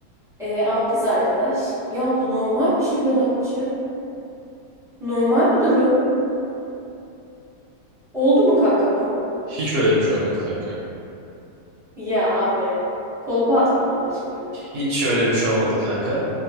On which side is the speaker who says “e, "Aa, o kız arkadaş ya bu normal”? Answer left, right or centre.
Centre